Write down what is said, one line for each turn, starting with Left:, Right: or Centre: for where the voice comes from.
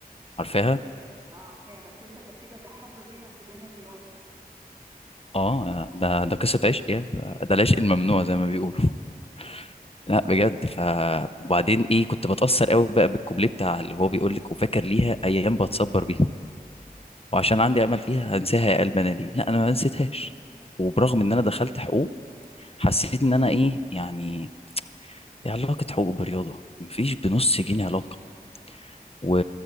Left: عارفاها
Right: اه عارفاها بس انت ده كده ده حب بينك وبين الرياضة
Left: اه ده ده قصه عشق يعني ده العشق الممنوع زي ما بيقولوا <laughs> لا بجد ف وبعدين ايه كنت بتاثر قوي بقى بالكوبليه بتاع اللي هو بيقول لك وفاكر ليها ايام بتصبر بيها وعشان عندي امل فيها هنساها يا قلب انا ليه لا انا ما نسيتهاش وبرغم ان انا دخلت حقوق حسيت ان انا ايه يعني ايه علاقه حقوق برياضه مفيش بنص جنيه علاقه و...